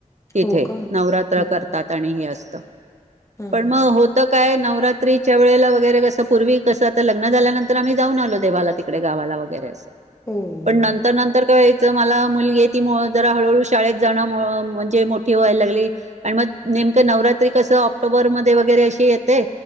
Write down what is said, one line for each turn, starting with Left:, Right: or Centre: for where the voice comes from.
Right: तिथे
Left: हो का हम्म
Right: नवरात्र करतात आणि ह असत
Left: हम्म
Right: पण
Left: हम्म
Right: मग होत नवरात्रीच्या वेळेला वगैरे कसं पूर्वी कसं आता लग्न झाल्यानंतर आम्ही जाऊन आलो देवाला तिकडे गावाला वगैरे असं.
Left: हो
Right: पण नंतर नंतर तर. मला मुलगी ती जरा हळूहळू शाळेत जाण म्हणजे मोठी व्हायला लागली आणि मग नेमकं नवरात्री कस ऑक्टोबरमध्ये वगैरे अशी ते.